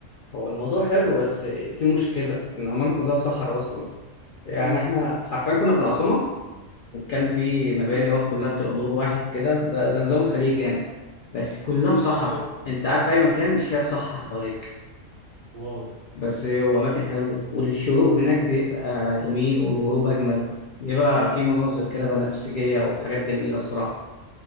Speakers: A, on the left (about 60°); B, on the right (about 50°).
A: هو الموضوع حلو بس في مشكلة إن عمان كلها صحراء أصلا يعني
B: امم
A: إحنا حرفيا كنا في العاصمة وكان في مباني
B: امم
A: هو كلها بتبقى دور واحد كده ده زي نظام الخليج يعني بس كلها
B: امم
A: في صحراء
B: ايوه ايوه
A: انت قاعد في اي مكان مش شايف صحراء حواليك
B: واو
A: بس هو اماكن حلوه والشروق هناك بيبقى جميل والغروب اجمل بيبقى في مناظر كده بنفسجيه وحاجات جميله الصراحه